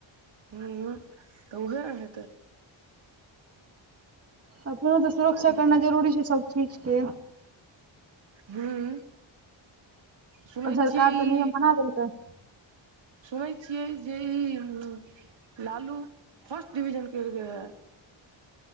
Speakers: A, on the right (about 65°); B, on the right (about 30°).
A: हुं तऽ उहे नऽ हेतै
B: अपने सऽ सुरक्षा
A: की
B: करनाइ
A: के
B: जरुरी छै सब चीज केऽ
A: हु हू सुनै
B: सरकार
A: छियै
B: तऽ
A: ई
B: <unintelligible>
A: सुनै छिये जे इ लालु फर्स्ट डिविजन केलकै यऽ